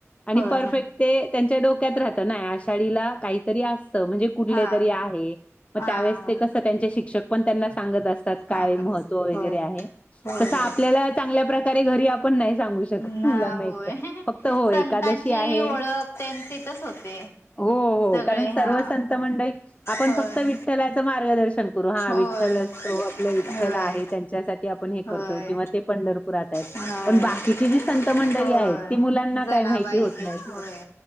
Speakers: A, on the left; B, on the left.
A: आणि
B: होय
A: परफेक्ट ते त्यांच्या डोक्यात राहत ना आषाढीला काहीतरी असत म्हणजे कुठले
B: हा
A: तरी आहे मग
B: हा
A: त्यावेळेस
B: होय
A: ते कस ते त्यांचे शिक्षक पण त्यांना सांगत असतात
B: सांगतच
A: काय महत्त्व वगैरे
B: होय
A: आहे.
B: होय
A: तसं
B: होय
A: आपल्याला चांगल्या प्रकारे घरी आपण नाही सांगू श.
B: ना
A: मुलांना
B: होय
A: एक फक्त हो
B: संतांची
A: एकादशी आहे.
B: ओळख ते तिथच होते
A: हो हो
B: सगळे
A: कारण सर्व
B: हा
A: संत मंडळी आपण
B: होय
A: फक्त विठ्ठलाचं मार्गदर्शन हा
B: होय
A: विठ्ठल असतो आपल्या विठ्ठल
B: होय
A: आहे त्यांच्यासाठी आपण हे
B: होय
A: करतो. किं ते पंढरपुरात आहेत
B: होय
A: पण बाकीची जी संत मंडळी
B: होय
A: आहेत ती मुलांना
B: जनाबाई
A: काय माहिती
B: होय
A: नाहीत ना.